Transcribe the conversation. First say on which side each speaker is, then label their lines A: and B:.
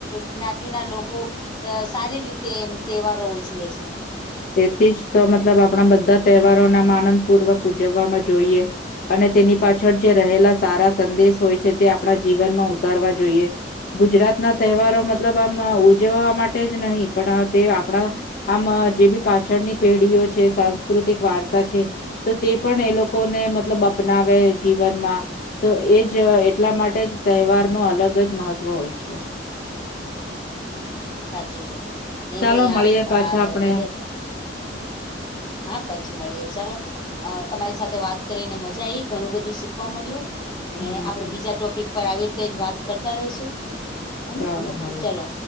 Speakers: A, on the left; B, on the left.
A: જ્ઞાતિના લોકો- અ સારી રીતે એમ તહેવારો ઉજવે છે.
B: તેથી જ તો મતલબ આપણા બધા તહેવારોને આમ આનંદપૂર્વક ઉજવવામાં જોઈએ- અને તેની પાછળ જે રહેલા સારા સંદેશ હોય છે તે આપણા જીવનમાં ઉતારવા જોઈએ- ગુજરાતના તહેવારો મતલબ આમ ઉજવવા માટે જ નહીં પણ તે આપણા- આમ જે બી પાછળની પેઢીઓ છે સાંસ્કૃતિક વારસા છે. તો તે પણ એ લોકોને મતલબ અપનાવે જીવનમાં- તો એ જ એટલા માટે જ તહેવાર ન અલગ જ મહત્વ હોય છે.
A: સાચું છે ને
B: ચાલો
A: મે આ
B: મળીએ પાછા
A: આ
B: આપણે
A: બધે- હા પછી મળીએ ચાલો- અ તમારી સાથે વાત કરીને મજા આઈ ઘણું બધું શીખવા મળ્યું-
B: હમ
A: ને આપડે બીજા ટોપિક પર આવી રીતે જ વાત કરતા રહીશું- હેને
B: ચાલો મળીએ
A: ચલો
B: <unintelligible>